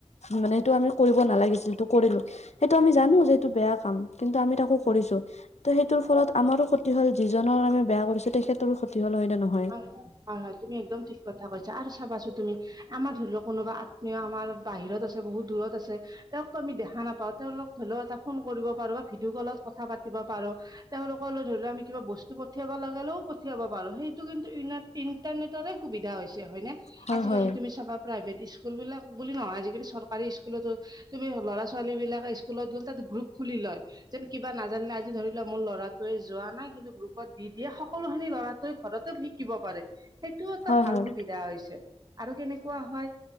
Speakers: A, on the left; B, on the right.
A: মানে সেটো আমি কৰিব নালাগিছিল টো কৰিলো। সেইটো আমি জানো
B: উম।
A: যে এইটো বেয়া কাম। কিন্তু আমি তাকো
B: হয়
A: কৰিছো। তে সেইটোৰ ফলত আমাৰো ক্ষতি হল, যিজনৰ আমি বেয়া কৰিছো তেখেতৰো ক্ষতি হ'ল। হয় নে নহয়?
B: হয়ঁ, হয়ঁ, হয়ঁ, হয়ঁ, তুমি একদম ঠিক কথা কৈছা আৰু চাবাচোন তুমি- আমাৰ ধৰি লওক কোনোবা আত্মীয় আমাৰ বাহিৰত আছে, বহুত দূৰত আছে তেওঁকতো আমি দেখা নাপাওঁ, তেওঁলোক হ'লেও এটা ফোন কৰিব পাৰোঁ বা ভিডিঅ' কলত কথা পাতিব পাৰো। তেওঁলোকলৈ ধৰি লোৱা আমি কিবা বস্তু পঠিয়াব লগালেও পঠিয়াব পাৰো। সেই সেইটো কিন্তু ইনা-ইটাৰনেটৰে সুবিধা হৈছে হয় নে?
A: হয়
B: আজিকালি
A: হয়
B: তুমি চাবা প্ৰাইভেট স্কুলবিলাক বুলি নহয় আজিকালি চৰকাৰী স্কুলতো তুমি ল'ৰা-ছোৱালী বিলাকে স্কুলত গ'ল, তাত গ্ৰুপ খুলি লয়। যেন কিবা নাজানিলে আজি ধৰি লোৱা মোৰ ল'ৰাটোৱে যোৱা নাই কিন্তু গ্ৰুপত দি দিয়ে। সকলোখিনি লৰাটোৱে চব শিকিব পাৰে। সেইটোও এটা
A: হয়
B: ভাল
A: হয়
B: সুবিধা হৈছে আৰু কেনেকুৱা হয়-